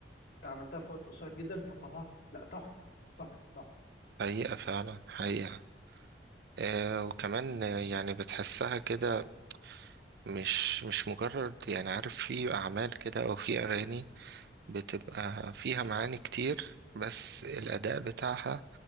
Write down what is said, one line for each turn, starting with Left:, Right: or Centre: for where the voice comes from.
Left: أنت عملتها في وقت قصير جدا فطلعت لا تحفة تحفة تحفة
Right: حقيقة فعلا حقيقة آه وكمان آه، يعني بتحسها كده مش مش مجرد يعني عارف في أعمال كده أو في أغاني بتبقى فيها معاني كتير بس الأداء بتاعها